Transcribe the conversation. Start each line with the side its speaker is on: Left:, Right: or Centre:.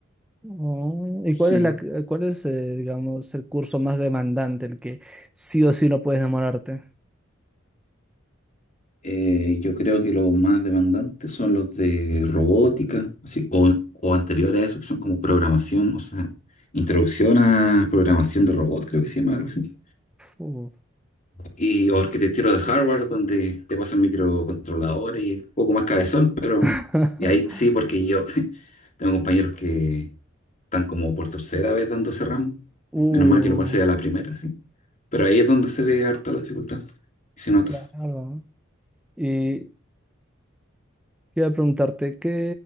Centre: Oh, ¿y
Left: Sí.
Centre: cuál es la, c- cuál es, eh, digamos, el curso más demandante, el que sí o sí no puedes demorarte?
Left: Eh, yo creo que los más demandantes son los de robótica, así, o, o anteriores a eso, que son como programación, o sea, introducción a programación de robot, creo que se llama algo así.
Centre: Uh.
Left: Y o arquitectura de hardware, donde te pasan microcontroladores y un poco más cabezón, pero.
Centre: <laughs>
Left: Y ahí sí, porque yo Tengo compañeros que están como por tercera vez dando ese ramo.
Centre: Uh,
Left: Menos mal yo lo pasé a la primera, sí. Pero ahí es donde se ve harta la dificultad. y se nota.
Centre: claro. Y quería preguntarte que